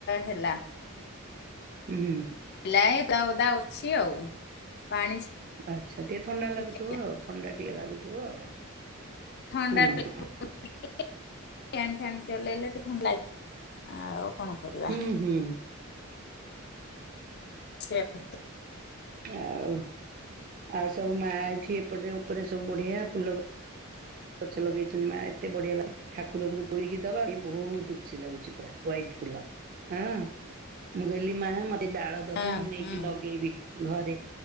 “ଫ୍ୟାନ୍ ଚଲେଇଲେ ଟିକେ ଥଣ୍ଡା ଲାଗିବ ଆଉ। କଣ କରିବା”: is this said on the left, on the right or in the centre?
Left